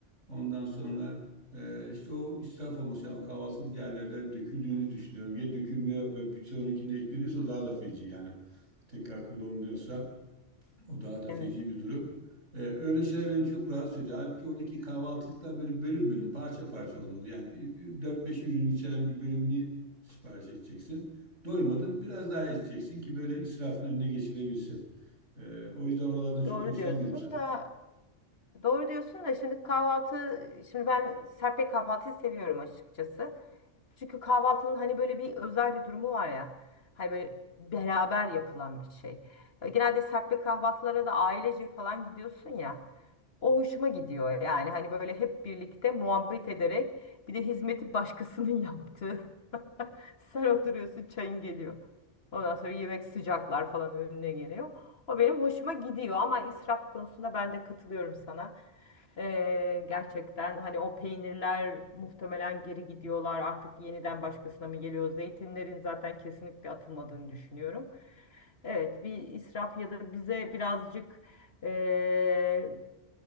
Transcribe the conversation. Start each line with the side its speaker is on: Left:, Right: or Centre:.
Right: Ondan sonra e, işte o israf olması yani o kahvaltılık yerlerde döküldüğünü düşünüyorum. Ya dökülmüyor ve birçoğununkine ekleniyorsa o daha da feci yani tekrar kullanılıyorsa o daha da
Left: Evet.
Right: feci bir durum. Ee, öyle şeyler beni çok rahatsız ediyor. Halbuki oradaki kahvaltılıklar böyle bölüm bölüm, parça parça olmalı. Yani bir- bir- 4-5 ürün içeren bir bölümünü sipariş edeceksin. Doymadın biraz daha içeceksin ki böyle israfın önüne geçilebilsin. Ee, o yüzden oralardan çok
Left: Doğru
Right: hoşlanmıyorum.
Left: diyorsun da doğru diyorsun da şimdi kahvaltı şimdi ben serpme kahvaltıyı seviyorum açıkçası. Çünkü kahvaltının hani böyle bir özel bir durumu var ya. Hani böyle beraber yapılan bir şey. E, Genelde serpme kahvaltılara da ailece falan gidiyorsun ya. O hoşuma gidiyor yani hani böyle hep birlikte muhabbet ederek bir de hizmeti başkasının yaptığı. <laughs> Sen oturuyorsun çayın geliyor. Ondan sonra yemek sıcaklar falan önüne geliyor. O benim hoşuma gidiyor ama israf konusunda ben de katılıyorum sana. Ee, gerçekten hani o peynirler muhtemelen geri gidiyorlar artık yeniden başkasına mı geliyor? Zeytinlerin zaten kesinlikle atılmadığını düşünüyorum. Evet bir israf ya da bize birazcık eee,